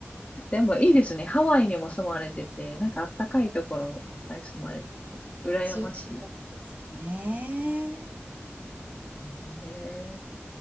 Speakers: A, on the left; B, on the right.
A: でもいいですね。ハワイにも住まれてて、なんかあったかいところいっぱい住まれてて、羨まし
B: そうですね。
A: い。ね。え